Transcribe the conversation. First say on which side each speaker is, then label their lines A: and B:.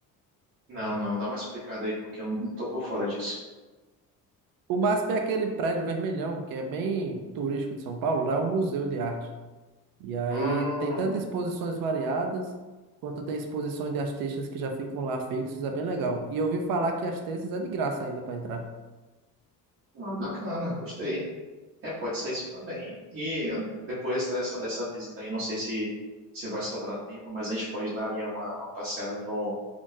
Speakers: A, on the right (about 35°); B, on the right (about 75°).
A: Não, não, dá uma explicada aí porque eu não estou por fora disso.
B: O MASP é aquele prédio vermelhão que é bem turístico de São Paulo. Lá é um museu de arte. E aí
A: Hum,
B: tem tantas exposições variadas, quanto tem exposições de artistas que já ficam lá fixos, é bem legal. E eu ouvi falar que as terças é de graça ainda para entrar.
A: ah, bacana, gostei. É, pode ser isso também. E depois dessa, dessa visita aí, não sei se, se vai sobrar tempo, mas a gente pode dar ali uma, uma passeada no,